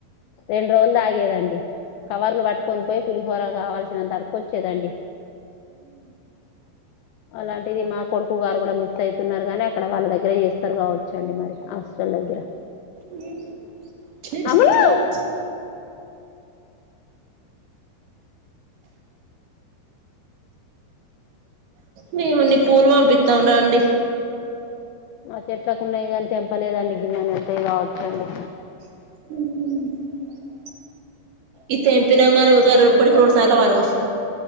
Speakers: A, on the left (about 85°); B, on the right (about 70°).
A: రెండు రోజులు తాగేదండి కవర్లు పట్టుకొని పోయి పులిహోర కావాల్సినంత అడుక్కోచ్చేదండి అలాంటిది మా కొడుకు గారు కూడా మిస్ అయితున్నారు గానీ అక్కడ వాళ్ళ దగ్గర చేస్తారు కావచ్చండి మరి హాస్టల్ దగ్గర
B: మ్ చేస్తరు
A: అమలు
B: కావచ్ మీము ని పూలు పంపితం రండి
A: మా చెట్లకున్నయి గానీ తెంపలేదండి గిన్నన్నేల్తయి కావచ్చండి
B: మ్ ఇది తెంపినంగాని ఉక
A: అడ
B: రు ఇప్పటికి
A: మంచిల
B: రెండు
A: సమస్య
B: సార్ల పారపోసినం
A: ఉందా